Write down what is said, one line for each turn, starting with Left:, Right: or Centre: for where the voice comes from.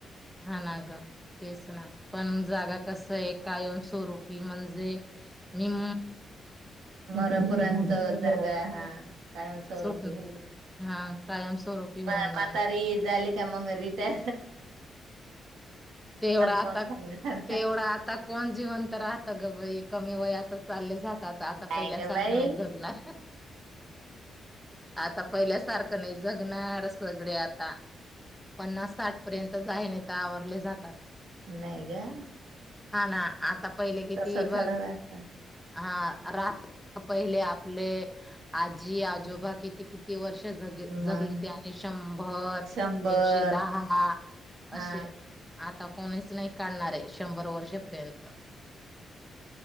Centre: हा ना ग तेच ना पण जागा कसं एक कायम स्वरूपी म्हणजे निम
Right: मरणापर्यंत जागा हा कायमस्वरुपी
Centre: सुट
Right: म
Centre: हा कायम स्वरूपी होऊन
Right: म्हातारी
Centre: जाणार
Right: झाली का मग ती त्या
Centre: तेवढा आता
Right: बंद होणार.
Centre: तेवढा आता कोण जिवंत राहतं ग बाई कमी वयात चालले जात आ आता आता
Right: नाही
Centre: पहिल्या
Right: ग
Centre: सारखं
Right: बाई
Centre: नाही जगणार आता पहिल्या सारखं नाही जगणार सगळे आता पन्नास साठ पर्यंत आहे नाही तर आवरले जातात.
Right: नाही गं
Centre: हा ना आता पहिले किती
Right: तस
Centre: बघ
Right: तर राहता
Centre: हा रात्र पहिले आपले आजी आजोबा किती किती वर्ष ग जगलीते
Right: मग
Centre: आणि शंभर
Right: शंभर
Centre: एकशे दहा
Right: हा
Centre: असे आता कोणीच नाही काढणारे शंभर वर्षेपर्यंत